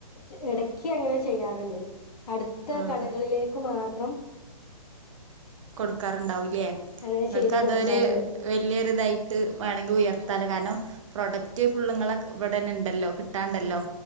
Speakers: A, on the left (about 75°); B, on the right (about 55°).
A: ചെ എടക്ക് അങ്ങനെ ചെയ്യാറ്ണ്ട് അട്ത്ത
B: ആഹ്
A: കടകളിലേക്ക് മാത്രം.
B: കൊട്ക്കാറുണ്ടാവു ലേ
A: അങ്ങനെ
B: ങ്ങക്കതൊര്.
A: ചെയ്ത് കൊടുക്കാറുണ്ട്
B: വല്ലൊര് തായിട്ട് വേണെങ്കി ഉയർത്താലോ കാരണം പ്രോഡക്റ്റ് ഫുള്ള്ങ്ങളെ വടെന്നെണ്ടല്ലോ. ട്ടാണ്ടല്ലോ
A: ഉം